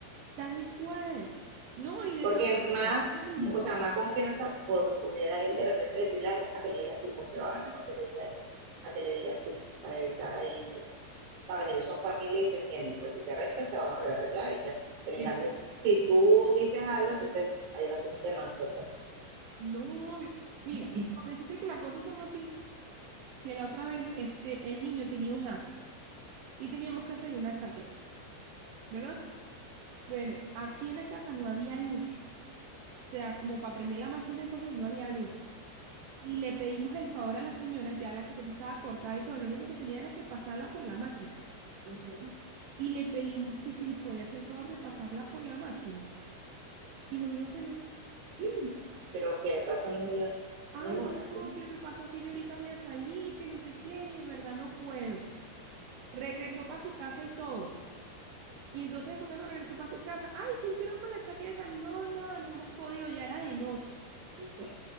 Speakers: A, on the right (about 80°); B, on the right (about 70°).
A: tal cual. No, y de
B: Porque
A: todo esto,
B: más,
A: es lo mismo.
B: o sea, más confianza pod- pudiera él de repente decirle algo a que le digas tú, o sea, va a mejor que le digas, a que le digas tú, para evitar ahí, sabes, ellos son familia y se entienden, pues si se arreglan se van a volver a arreglar y ya. Pero
A: Eso.
B: en cambio, si tú dices algo, entonces ahí va a ser un tema, nosotros
A: No, obvio. Mira,
B: Este,
A: con decirte que la cosa es tan así, que la otra vez este, el niño tenía un acto y teníamos que hacerle una chaqueta, ¿verdad? Bueno, aquí en la casa no había luz. O sea, como para prender la máquina de coser, no había luz. Y le pedimos el favor a la señora, ya la chaqueta estaba cortada y todo, lo único que tenía era que pasarla por la máquina.
B: ujú.
A: Y le pedimos que si nos podía hacer el favor de pasarla por la máquina. Y nos dijo que no.
B: Mm, Pero qué razones dio
A: Ay,
B: ninguna,
A: no,
B: ¿sí?
A: que lo que pasa es que yo ahorita voy a salir, que no sé qué, y de verdad no puedo. Regresó para su casa y todo. Y entonces, fue no regresó para su casa, ay, ¿qué hicieron con la chaqueta? No, nada, no hemos podido, ya era de noche.
B: Ujú.